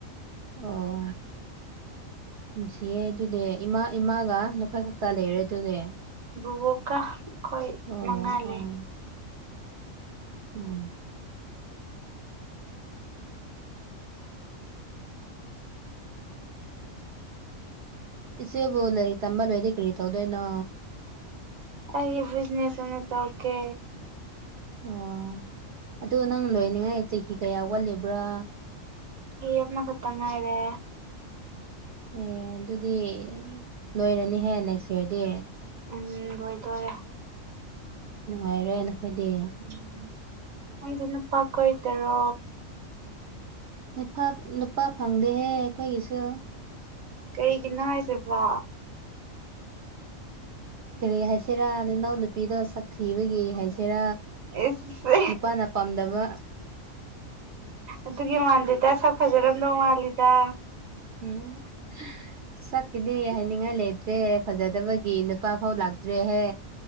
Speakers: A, on the right (about 60°); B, on the right (about 70°).
A: ꯑꯣ ꯅꯨꯡꯁꯤꯌꯦ ꯑꯗꯨꯗꯤ ꯏꯃꯥ ꯏꯃꯥꯒ ꯅꯈꯣꯏ ꯈꯛ ꯇ ꯂꯩꯔꯦ ꯑꯗꯨꯗꯤ
B: ꯕꯨꯕꯣꯛꯀꯥ ꯈꯣꯏ
A: ꯑꯣ
B: ꯃꯉꯥ ꯂꯩ
A: ꯑꯣ ꯎꯝ ꯏꯆꯦꯕꯨ ꯂꯥꯏꯔꯤꯛ ꯇꯝꯕ ꯂꯣꯏꯔꯗꯤ ꯀꯔꯤ ꯇꯧꯗꯣꯏꯅꯣ
B: ꯑꯩꯒꯤ ꯕꯤꯖꯤꯅꯦꯁ ꯑꯣꯢꯅ ꯇꯧꯀꯦ
A: ꯑꯣ ꯑꯗꯨ ꯅꯪ ꯂꯣꯏꯅꯤꯡꯉꯥꯏ ꯆꯍꯤ ꯀꯌꯥ ꯋꯥꯠꯂꯤꯕ꯭ꯔꯥ
B: ꯆꯍꯤ ꯑꯃꯈꯇꯪ ꯉꯥꯏꯔꯦ
A: ꯑꯦ ꯑꯗꯨꯗꯤ ꯂꯣꯏꯔꯅꯤꯍꯦ ꯅꯦꯛꯁ ꯏꯌꯥꯔꯗꯤ
B: ꯎꯝ ꯂꯣꯢꯗꯣꯔꯦ
A: ꯅꯨꯡꯉꯥꯏꯔꯦ ꯅꯈꯣꯢꯗꯤ
B: ꯎꯝ ꯅꯪꯗꯤ ꯅꯨꯄꯥ ꯀꯣꯏꯇꯔꯣ
A: ꯅꯨꯐꯥꯞ ꯅꯨꯄꯥ ꯐꯪꯗꯦꯍꯦ ꯑꯩꯈꯣꯏꯒꯤꯁꯨ
B: ꯀꯩꯒꯤꯅꯣ ꯍꯥꯏꯁꯤꯕꯣ
A: ꯀꯔꯤ ꯍꯥꯏꯁꯤꯔꯥ ꯅꯅꯥꯎ ꯅꯨꯄꯤꯗꯣ ꯁꯛ ꯊꯤꯕꯒꯤ ꯍꯥꯏꯁꯤꯔꯥ
B: ꯏꯁ
A: ꯅꯨꯄꯥꯅ ꯄꯥꯝꯗꯕ
B: ꯑꯗꯨꯒꯤ ꯃꯥꯟꯗꯦꯗ ꯁꯛ ꯐꯖꯔꯝꯗꯧ ꯃꯥꯜꯂꯤꯗ
A: ꯑꯌꯣꯃꯥ ꯁꯛꯀꯤꯗꯤ ꯍꯥꯏꯅꯤꯡꯉꯥꯏ ꯂꯩꯇ꯭ꯔꯦ ꯐꯖꯗꯕ ꯒꯤ ꯅꯨꯄꯥ ꯐꯥꯎ ꯂꯥꯛꯇ꯭ꯔꯦ ꯍꯦ